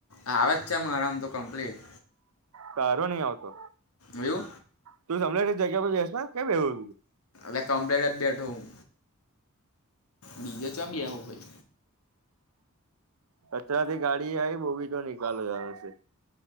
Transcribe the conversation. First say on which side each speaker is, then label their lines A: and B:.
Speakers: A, on the left; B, on the right.
A: આવ વાત છે મારામાં તો કમ્પ્લીટ
B: તારો નહી આવતો
A: એ યુ
B: તું સમને જગ્યા પર બેસ ને કે એવુ
A: એટ કમ્પ્લેટ જ બેઠો હું બીજે ચ બેયા હાઈ.
B: કચરા ગાડી આવી બો બી તો નીિકાલળ જશે.